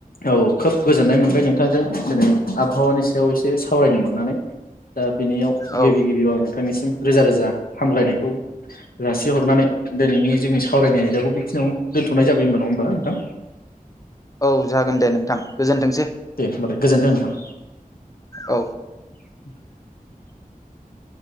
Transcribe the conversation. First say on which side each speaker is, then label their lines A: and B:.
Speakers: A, on the left; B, on the left.
A: औ खोब गोजोननाय मोनबाय नोंथांजों दिनै आबहावानि सायाव एसे सावरायनो मोननानै। दा बिनियाव
B: औ
A: गिबि गिबियाव आङो नोंनिसिम रोजा रोजा हामग्लायनायखौ जासिहरनानै दोनैनि जोंनि सावरायनाय आयदाखौ बेखिनियाव दोनथ'नाय जाबाय होनबा नङा होमबा नोंथां?
B: औ जागोन दे नों थां गोजोनथोंसै।
A: होनबालाय गोजोन्थों नोंथां।
B: औ।
A: <inaudible>